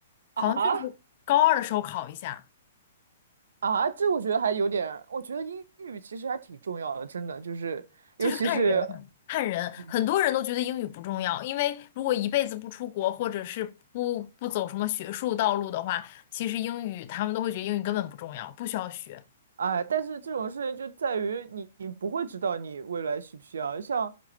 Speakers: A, on the left; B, on the right.
A: 好像就是高二的时候考一下，
B: 啊，啊，这我觉得还有点，我觉得英语其实还挺重要的，真的，就是尤其是，
A: 就是看人看人，
B: 嗯
A: 很多人都觉得英语不重要，因为如果一辈子不出国或者是不不走什么学术道路的话，其实英语他们都会觉得英语根本不重要，不需要学。
B: 哎，但是这种事情就在于你你不会知道你未来需不需要，像，